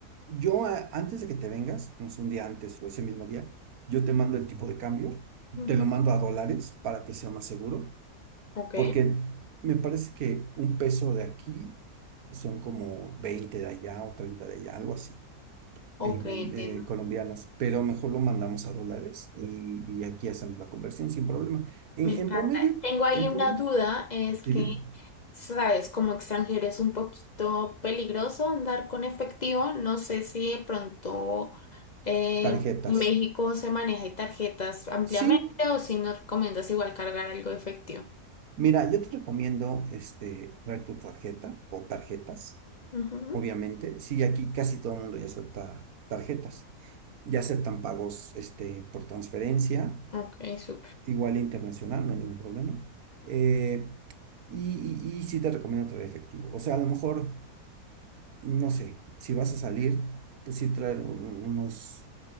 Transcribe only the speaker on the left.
Ujú.
Ok,
ok,
entiendo.
Me encanta.
Tengo ahí
una
duda, es
que, sabes, como extranjero es un poquito peligroso andar con efectivo. No sé si de pronto eh,
en México se maneja tarjetas ampliamente
o si nos recomiendas igual cargar algo de efectivo.
Ujú.
Ok, súper.